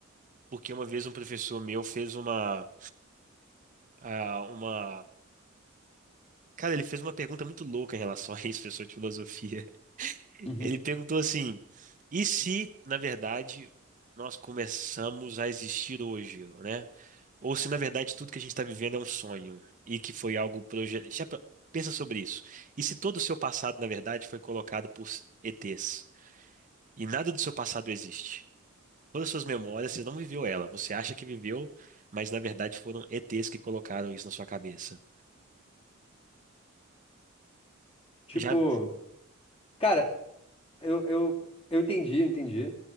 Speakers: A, on the right (about 40°); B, on the left (about 30°).
A: porque uma vez um professor meu fez uma, ah, uma, cara, ele fez uma pergunta muito louca em relação a isso, professor de filosofia.
B: Uhum.
A: Ele perguntou assim: e se, na verdade, nós começamos a existir hoje, né? Ou se, na verdade, tudo que a gente está vivendo é um sonho e que foi algo projetado. Já pe- pensa sobre isso. E se todo o seu passado, na verdade, foi colocado por ETs e nada do seu passado existe? Todas as suas memórias, você não viveu ela. Você acha que viveu, mas na verdade foram ETs que colocaram isso na sua cabeça.
B: Tipo,
A: Já.
B: cara, Eu, eu, eu entendi, eu entendi.